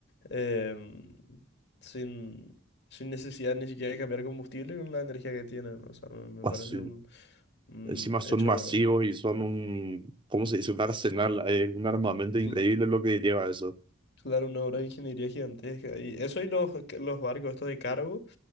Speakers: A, on the left; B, on the right.
A: em, sin, sin necesidad ni siquiera de cambiar combustible con la energía que tienen. O sea, me, me
B: Pas-
A: parece un, un
B: Encima son
A: hecho,
B: masivos y son un, ¿cómo se dice? Un arsenal, eh, un armamento
A: cla-
B: increíble lo que lleva eso.
A: claro, una obra de ingeniería gigantesca. Y eso y los, los barcos estos de cargo